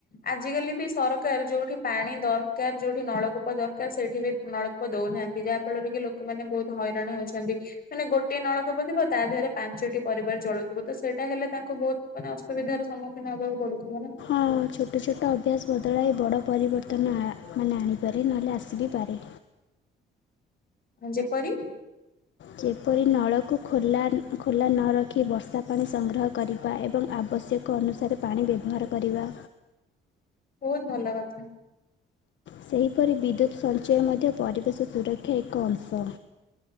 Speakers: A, on the left; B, on the left.
A: ଆଜିକାଲି ବି ସର କାର ଯେଉଠି ପାଣି ଦରକାର, ଯେଉଠି ନଳକୂପ ଦରକାର ସେଇଠି ବି ନଳକୂପ ଦଉନାହାନ୍ତି। ଯାହା ଫଳରେ କି ଲୋ ଲୋକ ମାନେ ବହୁତ୍ ହଇରାଣ ହଉଛନ୍ତି, ମାନେ ଗୋଟଏ ନଳକୂପ ଥିବ ତା ଦେହରେ ପାଞ୍ଚଟି ପରିବାର ଚଳୁ ହୁଏତ ସେଇଟା ହେଲେ ତାଙ୍କୁ ବହୁତ୍ ମାନେ ଅସୁବିଧାର ସମ୍ମୁଖୀନ ହେବାକୁ ପଡୁଥିବ ନା।
B: ହଁ ଛୋଟ-ଛୋଟ ଅଭ୍ୟାସ ବଦଳାଇ ବଡ଼ ପରିବର୍ତ୍ତନ ଆ ମାନେ ଆଣିପାରେ ନହେଲେ ଆସିିବି ପାରେ।
A: ଯେପରି
B: ଯେପରି ନଳକୁ ଖୋଲା-ଖୋଲା ନ ରଖି ବର୍ଷା ପାଣି ସଂଗ୍ରହ କରିବା ଏବଂ ଆବଶ୍ୟ କ ଅନୁସାରେ ପାଣି ବ୍ୟବହାର କରିବା।
A: ବହୁତ୍ ଭଲ କଥା।
B: ସେହିପରି ବିଦ୍ୟୁତ୍ ସଞ୍ଚୟ ମଧ୍ୟ ପରିବେଶ ସୁରକ୍ଷା ଏକ ଅଂଶ।